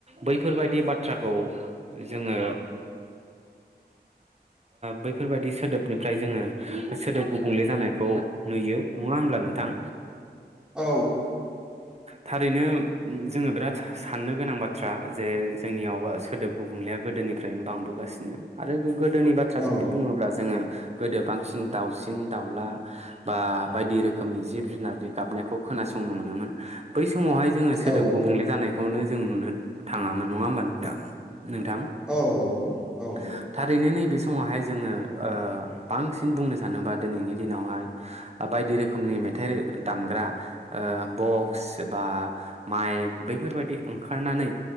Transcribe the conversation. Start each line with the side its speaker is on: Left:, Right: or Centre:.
Right: बैफोर बायदि बाथ्राखौ जोङो <inaudible> बैफोर बायदि सोदोब निफ्राय जोङो सोदोब गुबुंले जानायखौ नुयो नङा होमब्ला नोंथां?
Centre: औ
Right: थारैनो उम, जोङो बिराद साननो गोनां बाथ्रा जे जोंनियाव सोदोब गुबुंलेया गोदोनिफ्रायनो बांबोगासिनो आरो गोदोनि बाथ्रा
Centre: औ
Right: जुदि बुङोब्ला जोङो। गोदो बांसिन दाउसिन दाउला बा बायदि रोखोमनि जिब जुनारनि गाबनायखौ खोनासंनो मोनोमोन बै समावहाय सोदोब
Centre: औ
Right: गुबुंले जानाय खौनो जों नुनो थाङामोन नङा होमबा नोंथा? नोंथां
Centre: औ औ
Right: <inaudible> थारैनो नै बे समावहाय जोङो ओ बांसिन बुंनो सानोबा दिनैनि दिनावहाय बायदि रोखोमनि मेथाइ दामग्रा बक्स बा माइक बैफोर बायदि ओंखारनानै